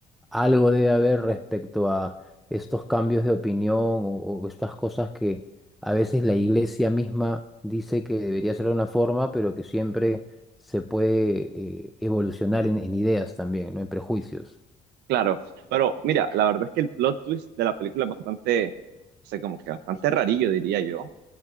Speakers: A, in the centre; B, on the right.
A: algo debe haber respecto a estos cambios de opinión o, o estas cosas que a veces la iglesia misma dice que debería ser de una forma, pero que siempre se puede eh, evolucionar en, en ideas también, ¿no? En prejuicios.
B: Claro, pero mira, la verdad es que el plot twist de la película es bastante, no sé, como que bastante rarillo, diría yo,